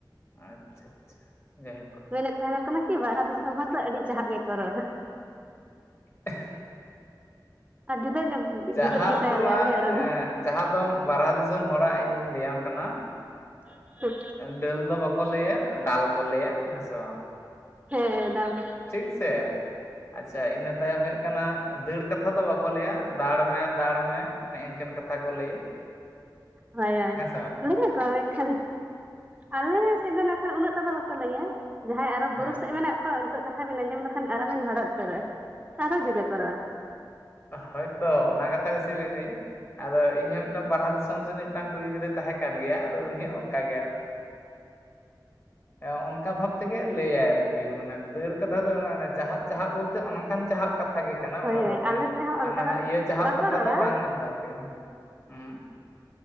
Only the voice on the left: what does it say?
ᱟᱪᱪᱷᱟ ᱟᱪᱪᱷᱟ ᱡᱟᱭᱦᱳᱠ
<inaudible>
ᱪᱟᱦᱟᱵ
ᱫᱚ
ᱵᱟᱝ
ᱮᱸᱜ <unintelligible> ᱫᱚ ᱵᱟᱨᱦᱟ ᱫᱤᱥᱚᱢ ᱦᱚᱲᱟᱜ ᱤᱧᱤᱧ ᱞᱟᱹᱭᱟᱢ ᱠᱟᱱᱟ
ᱫᱟᱹᱞ ᱫᱚ ᱵᱟᱠᱚ ᱞᱟᱹᱭᱟ ᱫᱟᱞ ᱠᱚ ᱞᱟᱹᱭᱟ ᱦᱮᱸ ᱥᱮ ᱵᱟᱝ
ᱴᱷᱤᱠ ᱥᱮ ᱟᱪᱪᱷᱟ ᱤᱱᱟᱹ ᱛᱟᱭᱚᱢ ᱦᱩᱭᱩᱜ ᱠᱟᱱᱟ ᱫᱟᱹᱲ ᱠᱟᱛᱷᱟ ᱫᱚ ᱵᱟᱠᱚ ᱞᱮᱭᱟ ᱫᱟᱲ ᱢᱮ ᱫᱟᱲ ᱢᱮ ᱱᱮ ᱤᱱᱠᱟᱹᱱ ᱠᱟᱛᱷᱟ ᱠᱚ ᱞᱟᱹᱭᱟ
ᱦᱮᱸ ᱥᱮ ᱵᱟᱝ
ᱦᱮᱸ
ᱦᱳᱭᱛᱚ ᱚᱱᱟ ᱠᱟᱛᱷᱟ ᱜᱮ ᱥᱮ ᱞᱟᱹᱭ ᱫᱟᱹᱧ ᱟᱫᱚ ᱤᱧ ᱦᱚᱸ ᱢᱤᱫᱴᱟᱝ ᱵᱟᱨᱦᱟ ᱫᱤᱥᱚᱢ ᱥᱮᱱᱤᱡ ᱢᱤᱫᱴᱟᱝ ᱠᱩᱲᱤ ᱜᱤᱫᱽᱨᱟᱹᱭ ᱛᱟᱦᱮᱸ ᱠᱟᱱ ᱜᱮᱭᱟ ᱟᱫᱚ ᱩᱱᱤ ᱦᱚᱸ ᱚᱝᱠᱟ ᱜᱮ ᱮᱸ ᱚᱱᱠᱟ ᱵᱷᱟᱵ ᱛᱮᱜᱮ ᱞᱟᱹᱭᱟᱭ ᱟᱨ ᱢᱟᱱᱮ ᱫᱟᱹᱲ ᱠᱟᱛᱷᱟ ᱫᱚ ᱪᱟᱦᱟᱜ ᱪᱟᱦᱟᱜ ᱵᱚᱞᱛᱮ ᱚᱱᱠᱟᱱ ᱪᱟᱦᱟᱜ ᱠᱟᱛᱷᱟ ᱜᱮ ᱠᱟᱱᱟ
ᱚᱱᱟ
ᱫᱚ ᱢᱟᱱᱮ
ᱦᱟᱱᱟ
ᱱᱟ
ᱤᱭᱟᱹ ᱪᱟᱦᱟᱵ
ᱠᱟᱛᱷᱟ
ᱫᱚ ᱵᱟᱝ ᱟᱨᱠᱤ ᱦᱮᱸ